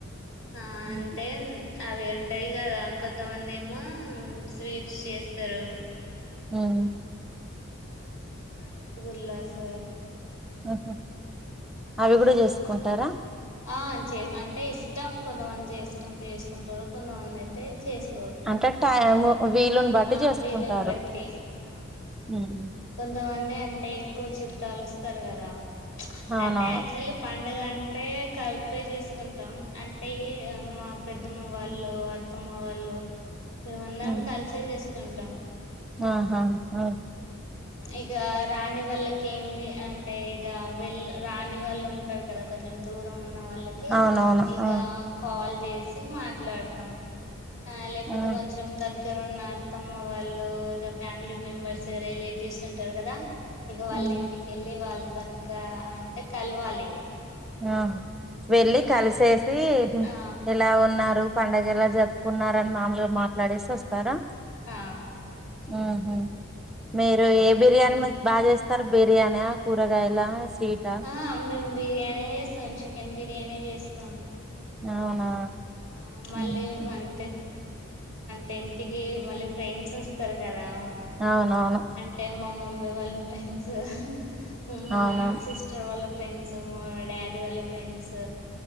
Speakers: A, on the left; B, in the centre.
A: అ ఆ అంటే
B: మ్మ్.
A: అవి ఉంటాయి కదా కొంతమంది ఏమో స్వీట్స్ చేస్తారు
B: ఊమ్
A: రసగుల్లస్
B: ఉహూ అవి కూడా చేస్ కుంటారా
A: ఆ చే అంటే ఇస్ ఇష్టం కొంతమంది చేసుకు చేసుకుంటారు కొంతమంది అయితే చేసుకు
B: అంటే టైమ్ వీలుని బట్టి
A: ఆ
B: చేసుకుంటారు
A: వీళ్ళని బట్టి ఆ
B: ఉమ్
A: కొంతమంది అంతే ఎక్కువ చుట్టాలు వస్తారు కదా
B: అవునవును
A: అంటే అక్చుఅల్లీ ప పండుగంటే కల్ పే చేసుకుంటాం అంటే మా పెద్దమ్మ వాళ్ళు అత్తమ్మ వాళ్ళు మేమందరం
B: ఉమ్
A: కలిసే చేసుకుంటాం
B: ఆహా ఆ
A: ఇగ రాణి వాళ్ళ కి ఏంది అంటే ఇక వెల్ రాని వాళ్ళు ఉంటారు కదా కొంచెం దూరం ఉన్న వాళ్ళకి
B: అవునవును
A: ఇక
B: ఆ
A: కాల్ చేసి మాట్లాడతాం ఆ లేకపోతే
B: ఆ
A: కొంచెం దగ్గ ఇక్కడ ఉన్న అత్తమ్మ వాళ్ళు ఇగా ఫ్యామిలీ మెంబర్స్ స రిలేటివ్స్ ఉంటారు కదా ఇక వాళ్ళ
B: ఉమ్
A: ఇంటికెళ్ళి వాళ్ళు తన ఇంకా అంటే కలవాలి
B: ఆ
A: కలిసి
B: వెళ్ళి
A: ఇగ
B: కలిసేసి
A: ఆ!
B: ఎలా ఉన్నా పండడుగలా జప్పుకున్నారుార అని మామలుగా మాట్లాడేసి వస్తారా
A: ఆ!
B: ఆహ
A: ఇగ
B: మీరు
A: అన్
B: ఏ బిర్యానీ మంచి బాగా చేస్తారు బిర్యాని కూరగాయల స్వీటా
A: ఆ బిర్యానీ సగం చికెన్ బిర్యానీ చేస్తాం
B: అవునా
A: ఆ మళ్ళీ
B: ఉహు.
A: అంటే టెన్ట్ కి మళ్ళీ ఫ్రెండ్స్ వస్తారు కదా
B: అవునవును
A: అంటే మామమ్మీ వాళ్ళ ఫ్రెండ్స్ హ మా
B: అవునవును
A: సిస్టర్ వాళ్ళ ఫ్రెండ్స్ మా డాడీ వాళ్ళ ఫ్రెండ్స్ స